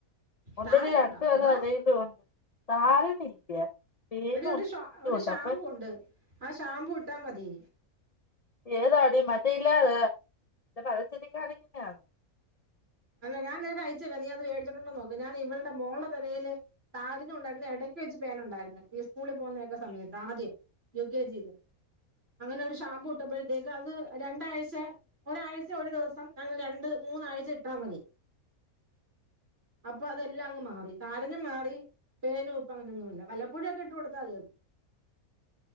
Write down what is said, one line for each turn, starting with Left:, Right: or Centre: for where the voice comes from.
Left: ഒണ്ട്ടി
Right: ചാർജുണ്ടോ
Left: രണ്ടുപേരെ
Right: അതോ
Left: തലയിലും ഉണ്ട് താരനില്ല പേനുമുണ്ട്
Right: എടി ഒരു ഷാ ഒരു
Left: ഈരുമുണ്ട്
Right: ഷാമ്പു
Left: അപ്പൊ
Right: ഉണ്ട് ആ ഷാംപൂട്ടാ മതി
Left: ഏതാടി മറ്റേ ഇല്ലാതെ പരസ്യത്തിൽ കാണിക്കുന്നന്നോ
Right: അല്ല ഞാൻനിനക്കയയ്ച് തരാം നീ അത് മേടിച്ചിട്ടുണ്ടോയെന്നു നോ ഞാൻ ഇവളടെ മോളുടെ തലയില് താരന്നുണ്ടായിരുന്നു ഇടയ്ക്ക് വെച്ച് പോനുണ്ടായിരുന്നു ഈ സ്കൂളിൽ പോകുന്നൊക്കെ സമയത്ത് ആദ്യം യു കെ ജിയില് അങ്ങനെ ഒരു ഷാമ്പൂ ഇട്ടപ്പോഴത്തേക്ക് അത് രണ്ടാഴ്ച ഒരാഴ്ച ഒരു ദിവസം അങ്ങ് രണ്ട് മൂന്നാഴ് മണതി അ അപ്പൊ അതെല്ലാം അങ് മാറി താരനും മാറി പേന ഇപ്പൊ അങ്ങനെൊന്നുമ ഇല്ല വലപ്പോഴു. ഒക്കെ ഇട്ട് കൊടുത്താൽ മതി അത്